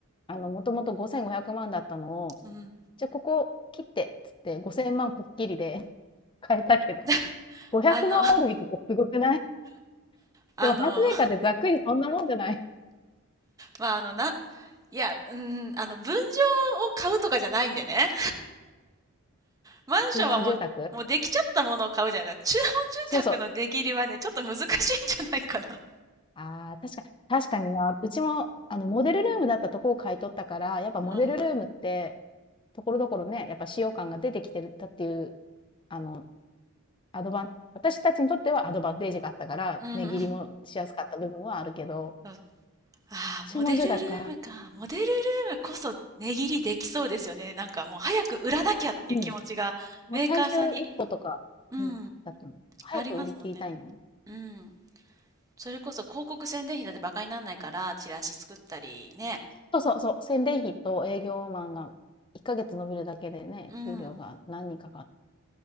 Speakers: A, on the left (about 25°); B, on the right (about 15°).
A: あの、もともと5500万だったのを、
B: う、うん。
A: じゃあここ切って、つって5000万ぽっきりで <laughs> 買えたけど、
B: <laughs>
A: 500万割引ってすごくない
B: あの、
A: <laughs>
B: あの、
A: でもハウスメーカーってざっくりそんなもんじゃない
B: まあ、あの、なん、いや、うん、あの、分譲を買うとかじゃないんでね。
A: <laughs>
B: マンションはもう、
A: 注文住宅
B: もうできちゃったものを買うじゃない。中本住宅の値切りはね、
A: そうそう。
B: ちょっと難しいんじゃないかな。
A: ああ、確かに、確かにな。うちも、あの、モデルルームだったとこを買い取ったから、やっぱモデルルームって、
B: うん。
A: ところどころね、やっぱ使用感が出てきてるたっていう、あの、アドバン私たちにとってはアドバンテージがあったから、
B: うんうん。
A: 値切りもしやすかった部分はあるけど、
B: そうああ、
A: 注文住宅か、
B: モデルルームか。モデルルームこそ値切りできそうですよね。なんかもう早く売らなきゃっていう気持ちがメーカーさんに、
A: うん、もう最終一歩とか、
B: うん、
A: うん、だったの。早く売り切りたいんだよね。
B: ありますもんね。うん。それこそ広告宣伝費だってバカにならないから、チラシ作ったりね。
A: そうそうそう、宣伝費と営業マンが1か月伸びるだけでね、
B: うん。うん。
A: 給料が何人かか